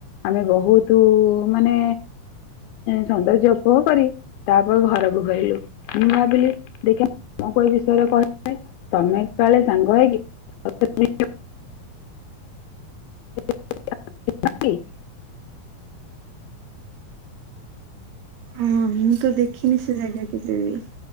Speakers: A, on the left; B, on the right.
A: ଆମେ ବହୁତ ମାନେ ସୌନ୍ଦର୍ଯ୍ୟ ଫୋ କରି ତାପରେ ଘରକୁ ଫେରିଲୁ ମୁଁ ଭାବିଲି ଦେଖିବା ତମକୁ ଏ ବିଷୟରେ କହ ତମେ କାଳେ ସାଙ୍ଗ ହେଇକି <unintelligible> <unintelligible>
B: ହଁ ମୁଁ ତ ଦେଖିନି ସେ ଜାଗା କେବେ ବି